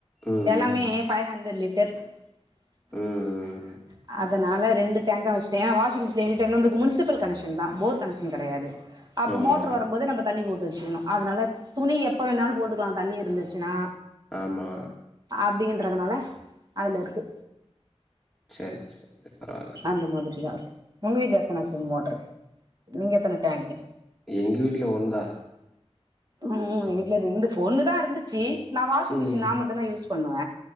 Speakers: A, in the centre; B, on the right (about 40°).
A: ம்
B: எல்லாமே
A: ம்
B: ஃபைவ் ஹண்ட்ரட் லிட டெக்ஸ் <unintelligible>
A: ம்
B: அதனால ரெண்டு டேங்க்கா வச்சுட்டேன் வாஷி்ங்மெஷின் எங்கிட்ட இன்னொன்னு இருக்கு முனிசிபல் கனெக்ஷன் தான் போர் கனெக்ஷன் கிடையாது அப்ப
A: ஆமா
B: மோட்டர் வரும்போது நம்ம தண்ணி போட்டு வச்சு <unintelligible> அதுனால துணி எப்போ வேணாலும் போட்டுக்கலா தண்ணி இருந்துச்சுன்னா
A: ஆமா
B: அப்டின்றதுனால அதுல இருக்கு
A: சேர் சேர் பரவால்ல
B: அந்த மாதிரி தான் இருக்கு உங்க வீட்ல எத்தன ச மோட்ரு நீங்க எத்தன டேங்க்கு
A: எங்க வீட்ல ஒண்ணுதா
B: ம் ம் வீட்ல ரெண்டு ஃபோனுதா இருந்துச்சு நா வாஷிங்
A: ம்
B: மிஷின் நா மட்டுதா யூஸ் பண்ணுவ